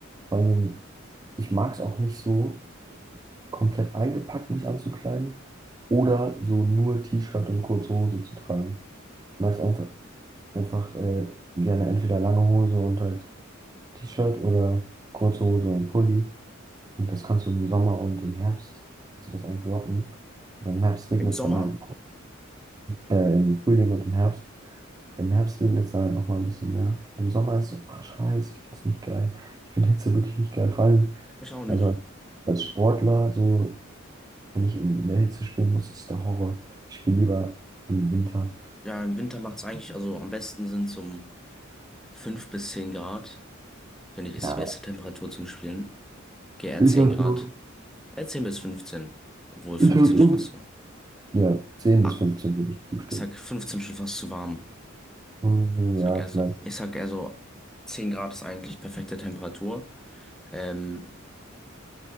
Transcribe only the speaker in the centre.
Im Sommer.
Ich auch nicht.
Ja, im Winter macht es eigentlich, also am besten sind zum 5 bis 10 Grad, finde ich, ist
die beste Temperatur zum Spielen. Geh eher
10
Grad.
Eher 10 bis fünfzehn, Obwohl
15
schon fast so.
Ah,
ich sag 15 schon fast zu warm.
Ich
sag eher
so, ich sag eher so 10 Grad ist eigentlich perfekte Temperatur. Ähm,